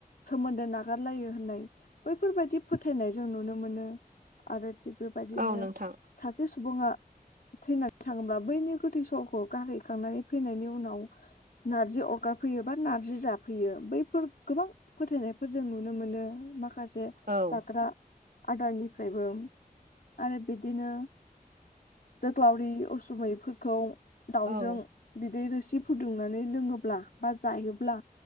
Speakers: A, on the left; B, on the right.
A: सोमोन्दो नागारलायो होननाय बैफोरबायदि फोथायनाय जों नुनो मोनो आरो थिग बेबायदिनो
B: औ नोंथां
A: सासे सुबुङा थैनानै थाङोब्ला बैनि गोथै सहखौ गारहैखांनानै फैनायनि उनाव नारजि अरगा फैयो बा नारजि जाफैयो बैफोर गोबां फोथायनायफोर जों नुनो मोनो माखासे
B: औ
A: जाग्रा आदारनिफ्रायबो आरो बिदिनो जोग्लावरि उसुमैफोरखौ दाउजों
B: औ
A: बिदै रोसि सि फुदुंनानै लोङोब्ला बा जायोब्ला